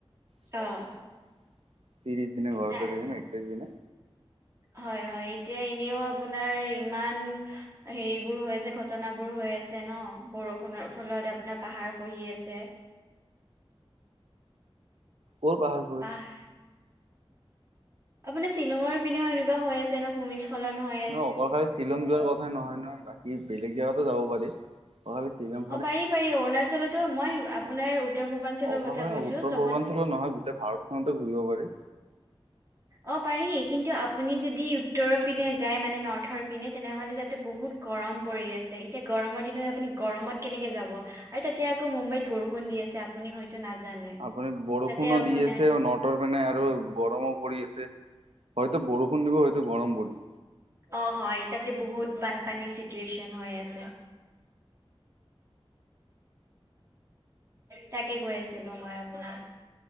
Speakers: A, on the right; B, on the right.
A: ত্ৰিশ
B: অ
A: দিনে ঘৰতে
B: নাই
A: থাকিম একত্ৰিশ দিনে।
B: হয় হয়, এতিয়া এনেও আপোনাৰ ইমান হেৰিবোৰ হৈ আছে ঘটনাবোৰ হৈ আছে ন বৰষুণৰ ফলত আপোনাৰ পাহাৰ খহি আছে
A: বৰ ভাল
B: আহ আপোনাৰ শ্বিলঙৰ পিনে এনেকুৱা হৈ আছে ন ভূমি স্খলন হয়।
A: ন অকল খালি শ্বিলং যোৱাৰ কথাই নহয় নহয় বাকী বেলেগ জেগাতো যাব পাৰি অ খালি শ্বিলং
B: অ' পাৰি পাৰি অৰুণাচলতো মই আপোনাৰ উত্তৰ পূৰ্বাঞ্চলৰ
A: অকল
B: কথা কৈছো
A: উত্তৰ
B: চব
A: পূৰ্বাঞ্চলত নহয় গোটেই ভাৰতখনতে ঘূৰিব পাৰি।
B: অ' পাৰি কিন্তু আপুনি যদি উত্তৰৰ পিনে যায় মানে নৰ্থৰ পিনে তেনেহলে তাতে বহুত গৰম পৰি আছে এতিয়া গৰমৰ দিনত আপুনি গৰমত কেনেকে যাব আৰু তাতে আকৌ মুম্বাইত বৰষুণ দি আছে আপুনি হয় -তো নাজানে
A: আপুনি বৰষুণো
B: তাতে আপোনাৰ
A: দি আছে আৰু নট টৰ কাৰণে আৰু গৰমো পৰি আছে হয়তো বৰষুণ দিব হয়তো গৰম পৰিব
B: অ হয় তাতে বহুত বানপানীৰ চিটুৱেচন হৈ আছে তাকে কৈ আছিলো মই আপোনাক